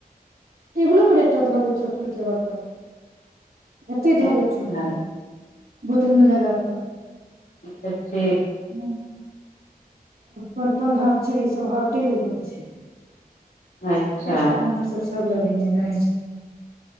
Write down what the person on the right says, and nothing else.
टेबुलो पर एकटा धऽ लेब छोटकी टेबल पर एतै
धऽ लेब छोट पर बोतल मे लगा कऽ
हूं पर्पल हर्ट छै ई सब हर्टे ल लग छै
देखै छियै उमहर सब सब लगेने रहै छै